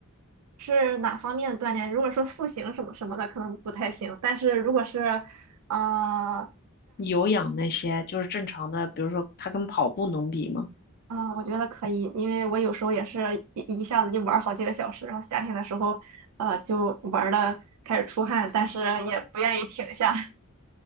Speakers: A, on the right; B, on the left.
A: 是哪方面的锻炼？如果说塑形什么什么的，可能不太行，但是如果是呃。
B: 有氧那些就是正常的，比如说它跟跑步能比吗？
A: 嗯，我觉得可以，因为我有时候也是一一下子就玩儿好几个小时，然后夏天的时候，呃，就玩的开始出汗，但是也不愿意停下。<laughs>